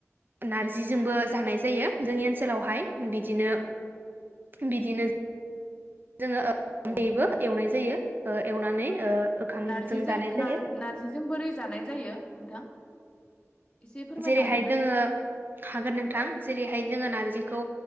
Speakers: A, on the right; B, on the left.
A: नारजिजोंबो जानाय जायो जोंनि ओनसोलावहाय बिदिनो बिदिनो जोङो ओ
B: औ
A: दैबो एवनाय जायो ओ एवनानै ओ ओंखामजों
B: नारजिजों
A: जानाय जायो
B: नार नारजिजों बोरै जानाय जायो नोंथां एसे फोरमायनो
A: जेरैहाय
B: हागोन
A: जोङो
B: ना?
A: हागोन नोंथां जेरैहाय जोङो नारजिखौ